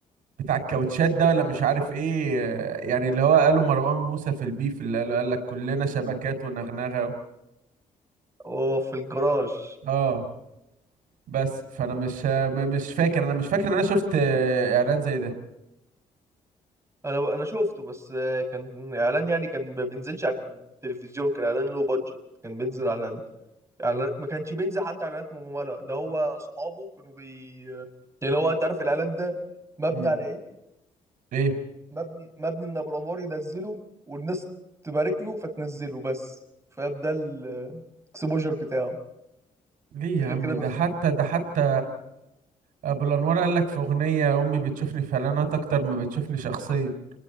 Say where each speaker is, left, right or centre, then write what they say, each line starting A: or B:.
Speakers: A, on the right (about 80°); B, on the right (about 20°).
A: بتاع الكاوتشات ده ولا مش عارف ايه آه، يعني اللي هو قاله مروان موسى في البيف اللي قاله قال لك كلنا شبكات ونغنغه و...
B: هو في الجراج
A: اه بس فانا مش م- مش فاكر انا مش فاكر ان انا شفت آه، اعلان زي ده
B: انا ب... انا شفته بس كان اعلان يعني كان ما بينزلش على التلفزيون كان اعلان لو بادجت كان بينزل على ال... اعلان ما كانش بينزل حتى اعلانات ممولة ده هو صحابه كانوا بي يعني هو انت عارف الاعلان ده مبني
A: امم
B: على ايه
A: ليه
B: مبني مبني ان ابو الانوار ينزله والناس تبارك له فتنزله بس فاهم ده الاكسبوجر بتاعه
A: ليه يا
B: غير
A: عم
B: كده
A: ده
B: ما في
A: حتى ده حتى ابو الانوار قال لك في اغنيه امي بتشوفني في اعلانات اكتر ما بتشوفني شخصيا